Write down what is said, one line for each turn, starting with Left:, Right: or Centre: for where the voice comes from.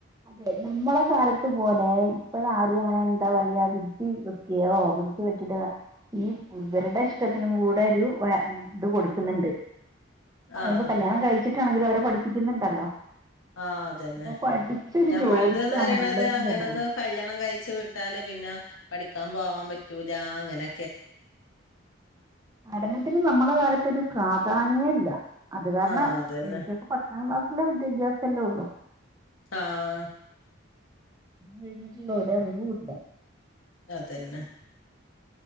Right: അതെ നമ്മളെ കാലത്ത് പോലെ ഇപ്പഴ ആരീ അങ്ങനെ എന്താ പറയാ പിടിച്ച് പിടിച്ചു പറ്റിട്ട് ഈ ഇവരുടെ ഇഷ്ടത്തിനും കൂടെ ഒരു ഇത് കൊടുക്കുന്നുണ്ട്
Left: ആഹ്
Right: ഇപ്പൊ കല്യാണം കഴിച്ചിട്ടാണെങ്കിലും അവരെ പഠിപ്പിക്കുന്നുണ്ടല്ലോ
Left: ആഹ് അതന്നെ
Right: ഇപ്പൊ പഠിച്ചൊരു
Left: ഞമ്മളത്
Right: ജോലിക്കാണ്
Left: പറിയണത്
Right: എല്ലാർക്കും
Left: അങ്ങനന്ന്
Right: പ്രധാനം
Left: കല്യാണം കഴിച്ച വിട്ടാല് പിന്നെ പഠിക്കാൻ പോവാൻ പറ്റൂല അങ്ങനെ
Right: പഠനത്തിന് നമ്മള കാലത്തൊക്കെ പ്രാധാന്യം ഇല്ല അത് കാരണം
Left: ആഹ് അതന്നെ
Right: എനിക്കൊക്കെ പത്താം ക്ലാസ്സില വിദ്യാഭ്യാസം എല്ലേ ഉള്ളു
Left: ആഹ്
Right: കഴിഞ്ഞിട്ടില്ല ഒരറിവൂല്ല
Left: അതന്നെ